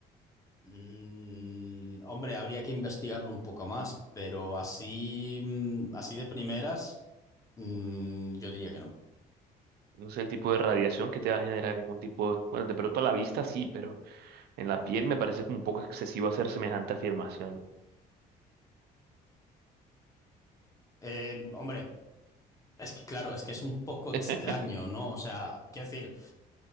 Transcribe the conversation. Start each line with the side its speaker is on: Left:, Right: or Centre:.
Left: Mm, hombre, habría que investigarlo un poco más, pero así, mm, así de primeras, mm, yo diría que no.
Right: No sé el tipo de radiación que te va a generar ningún tipo de... Bueno, de pronto a la vista sí, pero en la piel me parece como un poco excesivo hacer semejante afirmación.
Left: Eh, hombre, es que claro, es que es un poco extraño,
Right: <laughs>
Left: ¿no? O sea, quiero decir,